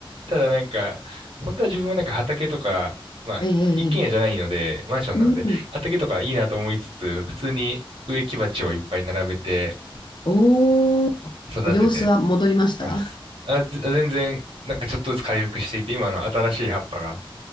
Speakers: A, on the right; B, on the left.
A: ただなんか、本当は自分もなんか畑とか、まあ、
B: ええ、ええ、
A: 一軒家じゃないので、
B: ええ
A: マンションなので、
B: うん。
A: 畑とかいいなと思いつつ、普通に植木鉢をいっぱい並べて
B: おー、
A: 育てて
B: 様子は戻りました
A: ます。あ、ぜ全然、なんかちょっとずつ回復していて、今の新しい葉っぱが